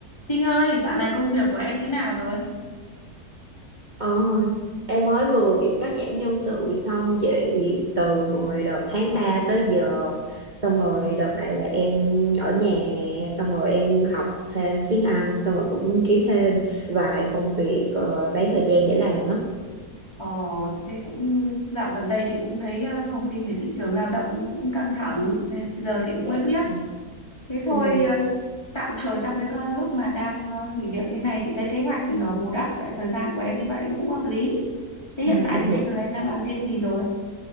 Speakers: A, on the left (about 15°); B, on the right (about 30°).
A: Trinh ơi, dạo này công việc của em thế nào rồi?
B: Ờ, em mới vừa bị cắt giảm nhân sự xong chị từ hồi đợt tháng 3 tới giờ xong rồi đợt này là em ở nhà nè xong rồi em học thêm tiếng Anh xong rồi cũng kiếm thêm vài công việc ờ, bán thời gian để làm á
A: Ờ, thế cũng dạo gần đây chị cũng thấy ờ, thông tin về thị trường lao động nó cũng căng thẳng nên giờ chị cũng
B: Dạ.
A: mới biết.
B: đúng.
A: Thế thôi
B: Ừ, dạ.
A: ờ, tạm thời trong cái ờ, lúc mà đang ờ, nghỉ việc như này chị thấy kế hoạch ờ, bù đắp lại thời gian của em như vậy cũng hợp lý. Thế hiện
B: <laughs>
A: tại
B: Dạ.
A: thì bây giờ em đang làm thêm gì rồi?